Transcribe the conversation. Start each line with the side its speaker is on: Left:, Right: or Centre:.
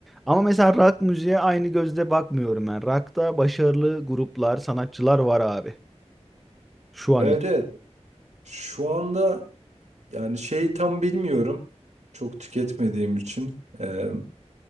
Centre: Ama mesela rock müziğe aynı gözle bakmıyorum ben. Rock'ta başarılı gruplar, sanatçılar var abi. Şu an
Right: Evet
Centre: için.
Right: evet. Şu anda yani şey tam bilmiyorum. Çok tüketmediğim için e,